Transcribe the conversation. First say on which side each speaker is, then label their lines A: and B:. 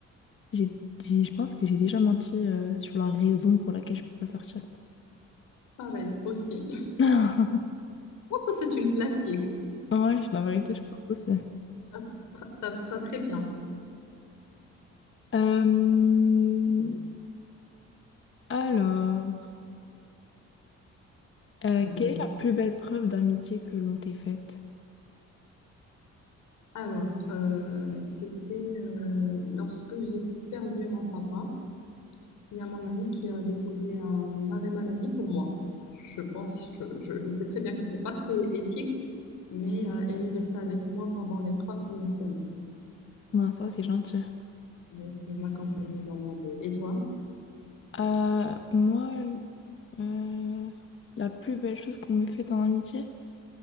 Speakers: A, on the left; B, on the left.
A: j'ai, j'ai- je pense que j'ai déjà menti euh, sur la raison pour laquelle je peux pas sortir.
B: Pareil, aussi. <laughs>
A: <laughs>
B: Bon, ça, c'est une classique.
A: Ouais, la vérité, je pense aussi.
B: Ça, ça, ça, très bien.
A: Euh, alors, euh,
B: Des-
A: quelle est la plus belle preuve d'amitié que l'on t'ait faite?
B: Alors, euh, c'était euh, lorsque j'ai perdu mon papa. Il y a mon ami qui a déposé un arrêt maladie pour moi. Je pense, je, je- je sais très bien que c'est pas très éthique, mais euh, elle est restée avec moi pendant les trois premières semaines.
A: Non, ça, c'est gentil.
B: Donc, elle m'accompagnait dans mon deuil. Et toi?
A: Euh, moi, Euh, la plus belle chose qu'on m'ait faite en amitié?